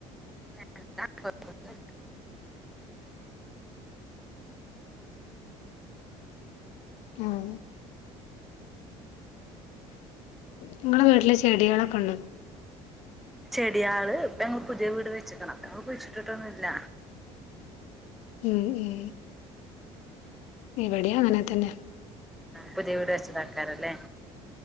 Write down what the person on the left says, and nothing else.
ആഹ് നിങ്ങളെ വീട്ടില് ചെടികളൊക്കെ ഉണ്ടോ
ഉം ഉം ഇവിടെ അങ്ങനെ തന്നെ